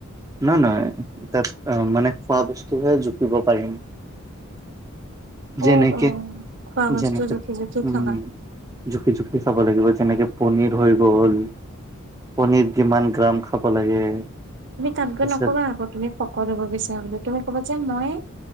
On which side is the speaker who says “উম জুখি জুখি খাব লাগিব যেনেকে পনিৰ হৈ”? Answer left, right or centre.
Right